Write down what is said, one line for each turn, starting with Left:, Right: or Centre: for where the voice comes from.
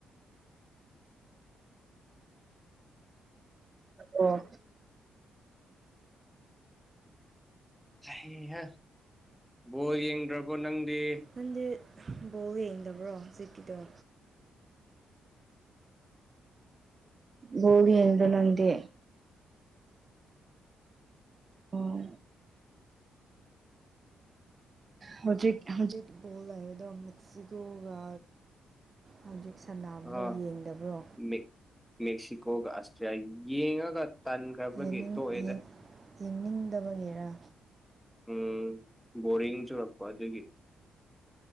Right: ꯑꯣ
Centre: ꯍꯩꯍꯥ ꯕꯣꯜ ꯌꯦꯡꯗ꯭ꯔꯕꯣ ꯅꯪꯗꯤ
Right: ꯅꯪꯗꯤ ꯕꯣꯜ ꯌꯦꯡꯗꯕ꯭ꯔꯣ ꯍꯧꯖꯤꯛꯀꯤꯗꯣ ꯄꯣꯜ ꯌꯦꯡꯗꯔꯣ ꯅꯪꯗꯤ ꯑꯣ ꯍꯧꯖꯤꯛ ꯍꯧꯖꯤꯛ ꯄꯣꯜ ꯂꯩ ꯑꯗꯣ ꯃꯦꯛꯁꯤꯀꯣꯔ ꯍꯧꯖꯤꯛ ꯁꯅꯥꯕꯗꯣ
Centre: ꯑ
Right: ꯌꯦꯡꯗꯕ꯭ꯔꯣ
Centre: ꯃꯤꯛ ꯃꯦꯛꯁꯤꯀꯣꯒ ꯑꯁꯇ꯭ꯔꯤꯌꯥ ꯌꯦꯡꯉꯒ ꯇꯟꯈ꯭ꯔꯕꯒꯤ
Right: ꯌꯦꯡꯅꯤꯡ
Centre: ꯇꯣꯛꯑꯦꯗ
Right: ꯌꯦꯡ ꯌꯦꯡꯅꯤꯡꯗꯕꯒꯤꯔꯥ
Centre: ꯎꯝ ꯕꯣꯔꯤꯡ ꯆꯨꯔꯛꯄ ꯑꯗꯨꯒꯤ